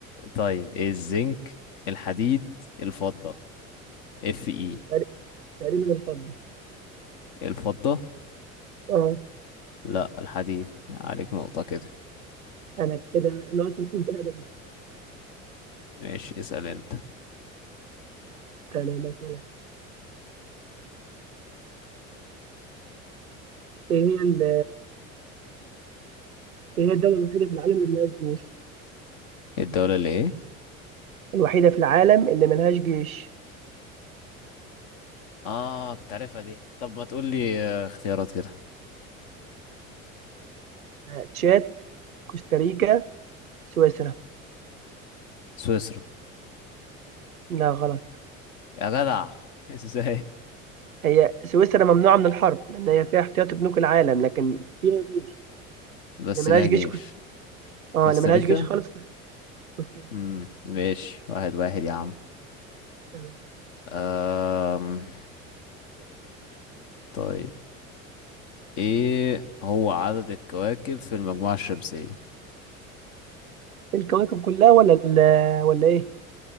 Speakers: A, on the left (about 55°); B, on the right (about 80°).
A: طيب إيه الزنك الحديد الفضة اف اي
B: تقري- تقريبا الفضة
A: الفضة
B: اه
A: لا الحديد عليك نقطة كده
B: انا كده انا اصلا كنت ادبي
A: ماشي اسأل انت
B: تمام مثلا ايه هي ال- ايه هي الدولة الوحيدة في العالم اللي ملهاش جيش؟
A: الدولة اللي ايه
B: الوحيدة في العالم اللي ملهاش جيش
A: اه كنت عارفها دي طب ما تقول لي آه، اختيارات كده
B: آه، تشاد كوستاريكا سويسرا
A: سويسرا
B: لا غلط
A: يا جدع <laughs> ازاي
B: هي سويسرا ممنوعة من الحرب لأن هي فيها احتياطي بنوك العالم لكن فيها جيش
A: بس
B: اللي
A: ليها
B: ملهاش
A: جيش
B: جيش كوست اه
A: كوستاريكا
B: اللي ملهاش جيش خالص كوست- كوستاريكا
A: امم ماشي واحد واحد يا عم
B: تمام
A: أم... طيب ايه هو عدد الكواكب في المجموعة الشمسية
B: الكواكب كلها ولا ال... ولا ايه؟